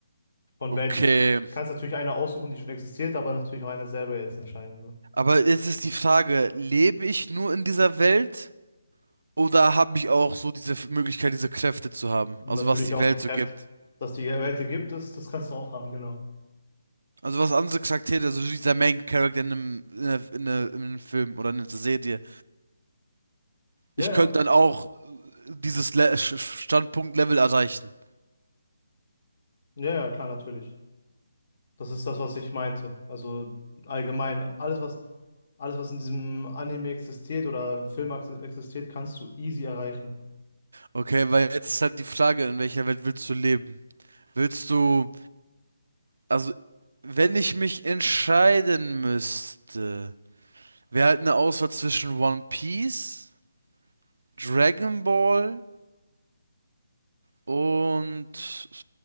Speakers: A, on the left; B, on the right.
A: Von
B: Okay.
A: welcher? Kannst natürlich eine aussuchen, die schon existiert, aber natürlich auch eine selber jetzt entscheiden. So.
B: Aber jetzt ist die Frage, lebe ich nur in dieser Welt oder habe ich auch so diese F- Möglichkeit, diese Kräfte zu haben?
A: Und
B: Also
A: natürlich
B: was die
A: auch
B: Welt
A: die Kräfte,
B: so gibt.
A: dass die Welt gibt, das, das kannst du auch haben, genau.
B: Also was andere Charaktere, also dieser Main Character in einem, in einer- in einer- in einem Film oder in einer Serie.
A: Ja,
B: Ich
A: ja,
B: könnte dann auch dieses Le Sch- Standpunkt-Level erreichen.
A: ja, ja, klar, natürlich. Das ist das, was ich meinte. Also allgemein, alles, was, alles, was in diesem Anime existiert oder im Film ex- existiert, kannst du easy erreichen.
B: Okay, weil jetzt ist halt die Frage, in welcher Welt willst du leben? Willst du, also wenn ich mich entscheiden müsste. Wäre halt eine Auswahl zwischen One Piece, Dragon Ball und